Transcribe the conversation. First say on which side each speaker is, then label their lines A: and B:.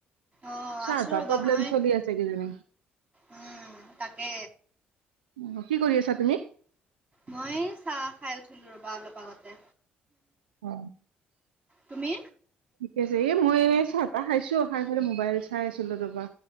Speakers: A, on the right; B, on the right.
A: অ
B: চাৰ্ভাৰ
A: আছো ৰবা
B: প্ৰব্লেম
A: মই,
B: চলি আছে কিজানি
A: উমঁ তাকে।
B: অহ', - কি কৰি আছা তুমি?
A: মই চাহ খাই উঠিলো ৰবা অলপ আগতে।
B: অ।
A: তুমি?
B: ঠিকে আছে। এ মই এ চাহ তাহ খাইছো, খাই পেলাই মোবাইল চাই আছিলো ৰ'বা।